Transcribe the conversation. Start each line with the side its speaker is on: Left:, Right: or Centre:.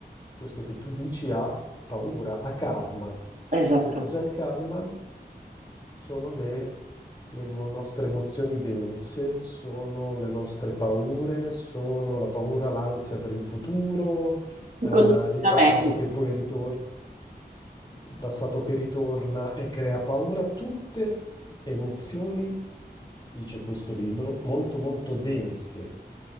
Left: questo che tu dici a paura, a karma.
Right: esattamente.
Left: Che cos'è il karma? Sono le, le mo- nostre emozioni dense, sono le nostre paure, sono la paura, l'ansia per il futuro, eh,
Right: Il condizionamento,
Left: il passato che poi ritorna, il passato che ritorna e crea paura, tutte emozioni, dice questo libro, molto molto dense